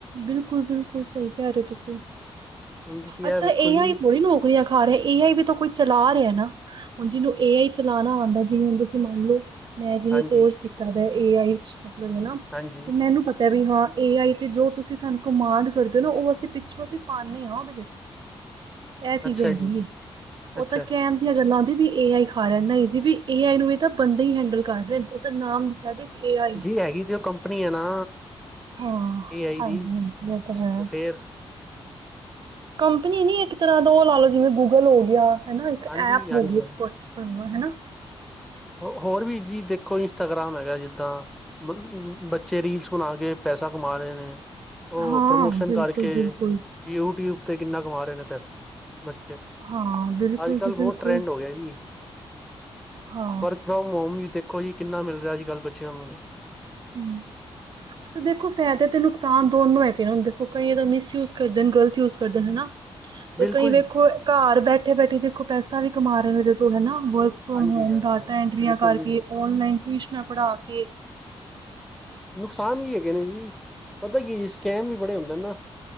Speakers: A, on the right; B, in the centre.
A: ਬਿਲਕੁਲ, ਬਿਲਕੁਲ ਸਹੀ ਕਹਿ ਰਹੇ ਹੋ ਤੁਸੀਂ,
B: ਹੁਣ ਤੁਸੀਂ
A: ਅੱਛਾ।
B: ਇਹ ਵੇਖੋ
A: ਏ
B: ਜੀ
A: ਆਈ ਹੀ ਕੋਈ ਆ ਖਾ ਰਿਹਾ, ਏ ਆਈ ਵੀ ਤਾਂ ਕੋਈ ਚਲਾ ਰਿਹਾ ਨਾ। ਹੁਣ ਜਿਹਨੂੰ ਏ ਆਈ ਚਲਾਉਣਾ ਆਉਂਦਾ, ਜਿਵੇਂ ਹੁਣ ਤੁਸੀਂ ਮੰਨ ਲਓ ਮੈਂ ਜਿਵੇਂ
B: ਹਾਂਜੀ
A: ਕੋਰਸ ਕੀਤਾ ਦਾ ਏ ਆਈ ਚ ' ਮਤਲਬ ਹੈ ਨਾ
B: ਹਾਂਜੀ।
A: ਤੇ ਮੈਨੂੰ ਪਤਾ ਵੀ ਹਾਂ ਏ ਆਈ ਤੇ ਜੋ ਤੁਸੀਂ ਸਾਨੂੰ ਕਮਾਂਡ ਕਰਦੇ ਹੋ ਨਾ, ਉਹ ਅਸੀਂ ਪਿੱਛੋਂ ਅਸੀਂ ਪਾਂਨੇ ਆ, ਉਹਦੇ ਵਿੱਚ
B: <inaudible>
A: ਇਹ ਚੀਜ਼ ਹੁੰਦੀਏ
B: ਜੀ
A: ਉਹ
B: ਅੱਛਾ
A: ਤਾਂ ਕਹਿਣ ਦੀਆਂ ਗੱਲਾਂ ਨੇ ਵਈ ਏ ਆਈ ਖਾ ਰਿਹਾ ਐ, ਨਹੀਂ ਜੀ ਵੀ ਏ ਆਈ ਨੂੰ ਇਹ ਤਾਂ ਬੰਦੇ ਹੀ ਹੈਂਡਲ ਕਰ ਰਹੇ ਨੇ ਉਹ ਤਾਂ ਨਾਮ ਦਿੱਤਾ ਤੇ ਏਆਈ
B: ਜੀ ਹੈਗੀ ਤੇ ਉਹ ਕੰਪਨੀ ਹੈ ਨਾ
A: ਹਾਂ
B: ਏ ਆਈ
A: ਹਾਂਜੀ
B: ਦੀ
A: ਹਾਂਜੀ ਇਹ ਤਾਂ ਹੈ
B: ਤੇ ਫੇਰ
A: ਕੰਪਨੀ ਨੀ ਇੱਕ ਤਰ੍ਹਾਂ ਦਾ ਉਹ ਲਾ ਲੋ ਜਿਵੇਂ ਗੂਗਲ ਹੋ ਗਿਆ ਹਨਾ ਇੱਕ
B: ਹਾਂਜੀ,
A: ਐਪ
B: ਹਾਂਜੀ,
A: ਹੋ ਗਈ
B: ਹਾਂਜੀ।
A: ਹਨਾ
B: ਹੋਰ ਵੀ ਜੀ ਦੇਖੋ ਇੰਸਟਾਗ੍ਰਾਮ ਹੈਗਾ ਜਿੱਦਾਂ <unintelligible> ਬੱਚੇ ਰੀਲਸ ਬਣਾ ਕੇ ਪੈਸਾ ਕਮਾ ਰਹੇ ਨੇ ਉਹ
A: ਹਾਂ
B: ਪ੍ਰਮੋਸ਼ਨ
A: ਬਿਲਕੁਲ
B: ਕਰਕੇ
A: ਬਿਲਕੁਲ
B: ਯੂਟਿਊਬ ਤੇ ਕਿੰਨਾ ਕਮਾ ਰਹੇ ਨੇ ਪੈ ਬੱਚੇ
A: ਹਾਂ ਬਿਲਕੁਲ
B: ਅੱਜ
A: ਜੀ
B: ਕੱਲ੍ਹ ਬਹੁਤ
A: ਬਿਲਕੁਲ
B: ਟਰੈਂਡ ਹੋ ਗਿਆ ਜੀ
A: ਹਾਂ
B: ਵਰਕ ਫਰੋਮ ਹੋਮ ਵੀ ਦੇਖੋ ਜੀ ਕਿੰਨਾ ਮਿਲ ਰਿਹਾ ਅੱਜ ਕੱਲ੍ਹ ਬੱਚਿਆਂ ਨੂੰ ਵੀ
A: ਹਮ ਸੋ ਦੇਖੋ ਫੈਦੇ ਤੇ ਨੁਕਸਾਨ ਦੋਨੋ ਹੈਗੇ ਹੁਣ ਦੇਖੋ ਕਈ ਇਹ ਤਾਂ ਮਿਸਯੂਜ ਕਰਦੇ ਨੇ, ਗਲਤ ਯੂਜ ਕਰਦੇ ਨੇ ਨਾ ਤੇ
B: ਬਿਲਕੁਲ
A: ਕਈ ਵੇਖੋ ਘਰ ਬੈਠੇ-ਬੈਠੇ ਦੇਖੋ ਪੈਸਾ ਵੀ ਕਮਾ ਰਹੇ ਨੇ ਉਹਦੇ ਤੂੰ ਹਨਾ ਵਰਕ ਫਰੋਮ
B: ਹਾਂਜੀ,
A: ਹੋਮ
B: ਹਾਂਜੀ,
A: ਡਾਟਾ
B: ਹਾਂਜੀ
A: ਐਂਟਰੀਆਂ
B: ਬਿਲਕੁਲ
A: ਕਰਕੇ
B: ਜੀ ਬਿਲਕੁਲ
A: ਔਨਲਾਈਨ ਟਿਊਸ਼ਨਾਂ ਪੜ੍ਹਾ ਕੇ
B: ਨੁਕਸਾਨ ਵੀ ਹੈਗੇ ਨੇ ਜੀ ਪਤਾ ਕੀ ਐ ਸਕੈਮ ਵੀ ਬੜੇ ਹੁੰਦੇ ਨਾ